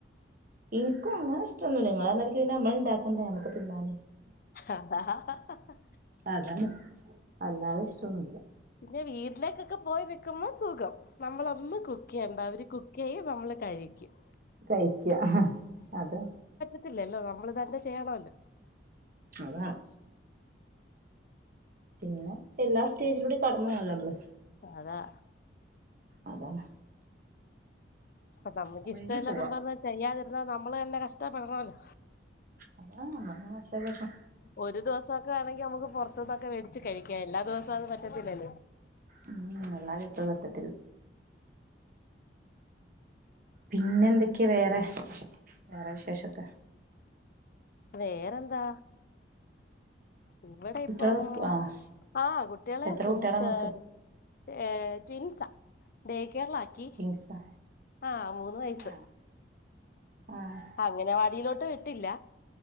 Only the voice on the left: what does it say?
ഹഹഹഹഹഹ
പിന്നെ വീട്ടിലേക്കൊക്കെ പോയി നിൽക്കുമ്പോ സുഖം നമ്മൾ നമ്മള് കുക്ക് ചെയ്യണ്ട അവര് കുക്ക് ക്കെയ്യും നമ്മള് കഴിക്കും
ത്തില്ലല്ലോ നമ്മള് തന്നെ ചെയ്യണോലോ?
അതാ
അപ്പ നമ്മുക്ക്
ഇഷ്ടല്ലാന്നും
പറഞ്ഞ് ചെയ്യാതിരുന്നാ നമ്മ നമ്മളന്നെ കഷ്ടപ്പെടണല്ലോ?
ഒരു ദിവസൊക്കെ ആണെങ്കിൽ നമ്മുക്ക് പുറത്തുന്നൊക്കെ വേടിച്ച് കഴിക്ക എല്ലാ ദിവസവും അത് പറ്റത്തില്ലല്ലോ?
വേറെന്താ ഇവിടെ
ഇപ്പം
ആ കുട്ടികളെ
കുഞ്ഞി
ചെ
ഏ ട്വിൻസാ ഡെ കെയറിലാക്കി
ആഹ് മൂന്ന് വയസ്
അംഗനവാടിയിലോട് ത്ത് വിട്ടില്ല